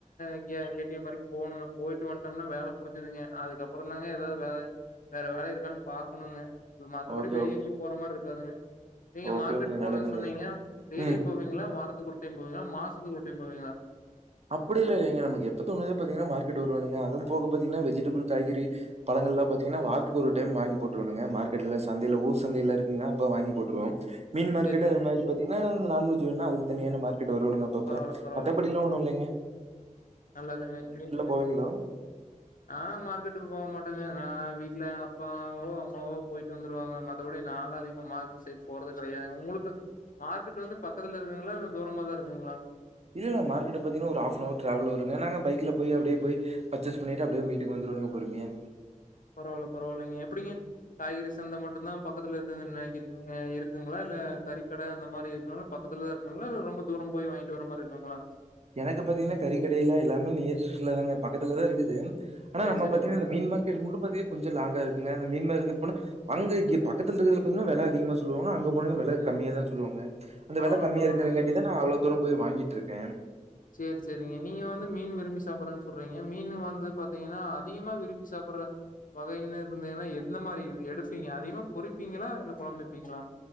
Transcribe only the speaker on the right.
ஓகே
ஓகே
ஓகே
ஓகே
நல்லது நல்லது
ம்
அப்படியெல்லாம் இல்லைங்க நமக்கு எப்போ தோணுதோ பாத்தீங்கன்னா மார்கெட் வருவேனுங்க அதுவும் போக பாத்தீங்கன்னா வெஜிடபிள் காய்கறி பழங்கள்லாம் பாத்தீங்கன்னா வாரத்துக்கு ஒரு டைம் வாங்கி போட்டுருவேனுங்க மார்க்கெட்டுல சந்தையில ஊர்சந்தையில இருக்குங்க அப்ப வாங்கி போட்டுருவோம் மீன் மார்க்கெட்
அது மாதிரி பாத்தீங்கன்னா நான்வெஜி வேண்ணா அதுக்கு தனியான மார் கிட்டு வருவணுங்க அப்பப்ப
மற்றபடிலா ஒண்ணு இல்லைங்
போவீங்களா?
இல்லல மார்க்கெட்டு பாத்திங்னா ஒரு ஆஃப்பனவர் ட்ராவல் வருங்க நாங்க பைக்ல பொய் அப்டியே பொய் பர்ச்சேஸ் பண்ணிட்டு அப்டியே வீட்டுக்கு வந்துருவணுங்க பொறுமியா
எனக்கு பாத்திங்னா கறிக்கடையில எல்லாமே நியர்ஸ்ல தாங்க பக்கத்துலதா இருக்குது ஆனா
நம்
பாத்திங்கனா இந்த மீன் மார்க்கெட் மட்டு பாத்திக கொஞ்சொ லாங்கா இருக்குங்க இந்த மீன் மார்க்கெட் போனா அங்க இங்க பக்கத்துலருக்கதுல பாத்திங்னா வெல அதிகமா சொல்லுவாங்க அங்க போனிங்னா வெல
கம்மியா தான் சொல்லுவாங்க அந்த
வெல கம்மியா
இருக்குறங்காட்டி தா நா அவ்ளோ தூரம் பொய் வாங்கிட்ருக்கே